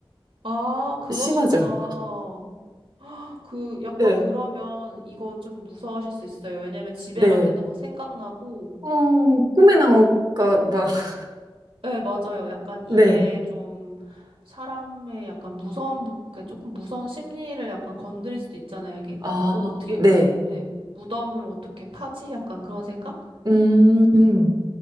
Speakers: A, on the right; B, on the right.
A: 아, 그러시구나.
B: 심하죠?
A: 그, 약간
B: 네.
A: 그러면 이거 좀 무서워하실 수 있어요. 왜냐면 집에
B: 네.
A: 갈 때도 막 생각나고,
B: 어, 꿈에 나올까 봐. <laughs>
A: 네, 맞아요. 약간 이게
B: 네.
A: 좀 사람의 약간 무서운, 부- 그 조금 무서운 심리를 약간 건드릴 수도 있잖아요. 이게
B: 아,
A: 약간, 어, 어떻게,
B: 네.
A: 예, 무덤을 어떻게 파지? 약간 그런 생각?
B: 음,